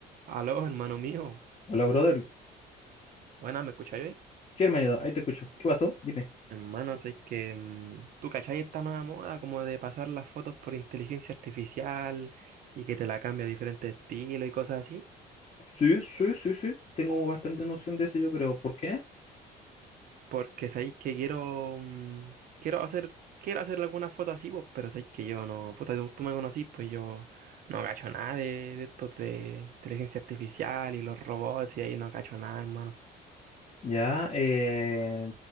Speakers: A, on the right; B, on the left.
A: Aló, hermano mío.
B: Hola, brother.
A: Buenas, ¿me escucháis hoy?
B: Sí, hermanito, ahí te escucho. ¿Qué pasó? Dime.
A: Hermano, sé que mm, tú cachai esta nueva moda como de pasar las fotos por inteligencia artificial y que te la cambia a diferentes estilos y cosas así.
B: Sí, sí, sí, sí. Tengo bastante noción de eso, yo creo. ¿Por qué?
A: Porque sabéis que quiero mm, quiero hacer quiero hacerle algunas fotos así, pues, pero sabéis que yo no, puta, tú, tú me conocís, pues yo no cacho nada de, de estos de inteligencia artificial y los robots y ahí no cacho nada, hermano.
B: Ya, eh...